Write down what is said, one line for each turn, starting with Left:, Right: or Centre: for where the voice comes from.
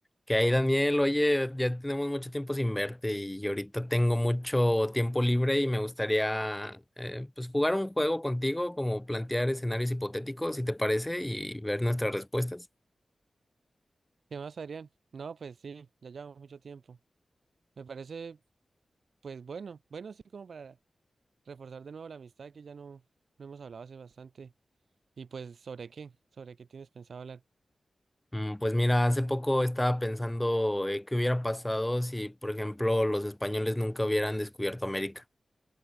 Centre: Que ahí, Daniel, oye, ya tenemos mucho tiempo sin verte y ahorita tengo mucho tiempo libre y me gustaría eh, pues jugar un juego contigo, como plantear escenarios hipotéticos, si te parece, y ver nuestras respuestas.
Right: ¿Qué más, Adrián? No, pues sí, ya llevamos mucho tiempo. Me parece, pues bueno, bueno, sí, como para reforzar de nuevo la amistad que ya no, no hemos hablado hace bastante. Y pues, ¿sobre qué? ¿Sobre qué tienes pensado hablar?
Centre: Mm, Pues mira, hace poco estaba pensando eh, qué hubiera pasado si, por ejemplo, los españoles nunca hubieran descubierto América.